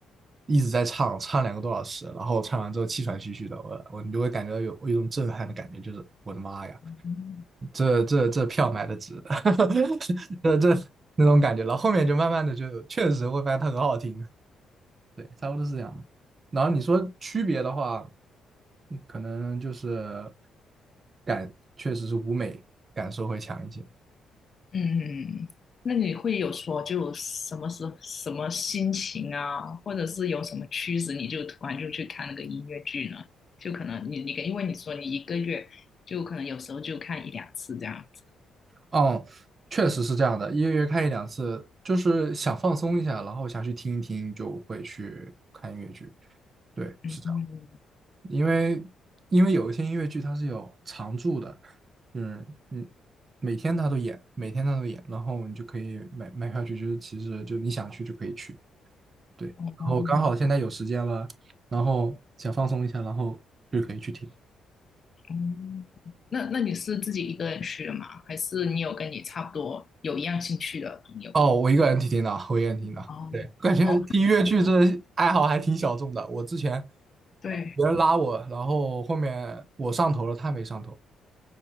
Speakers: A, on the right; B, on the left.
A: 一直在唱，唱两个多小时，然后唱完之后气喘吁吁的，我我你就会感觉到有有一种震撼的感觉，就是我的妈呀，
B: 嗯。
A: 这这这票买的值，<laughs> 这这那种感觉，然后后面就慢慢的就确实会发现它很好听，对，差不多是这样的。然后你说区别的话，嗯可能就是感确实是舞美感受会强一些。
B: 嗯，那你会有说就什么时候什么心情啊，或者是有什么趋势，你就突然就去看那个音乐剧呢？就可能你你因为你说你一个月就可能有时候就看一两次这样子。
A: 嗯，确实是这样的，一个月看一两次，就是想放松一下，然后想去听一听，就会去看音乐剧。对，是这样，
B: 嗯，
A: 因为因为有一些音乐剧它是有常驻的，就是嗯，每天它都演，每天它都演，然后你就可以买买票去，就是其实就你想去就可以去。对，然后刚好现在有时间了，
B: 哦，
A: 然后想放松一下，然后就可以去听。
B: 嗯，那那你是自己一个人去的吗？还是你有跟你差不多有一样兴趣的朋友？
A: 哦，我一个人听听的，我一个人听的。
B: 哦哦，
A: 对，感觉听越剧这爱好还挺小众的。我之前
B: 对，
A: 呃别人拉我，然后后面我上头了，他没上头，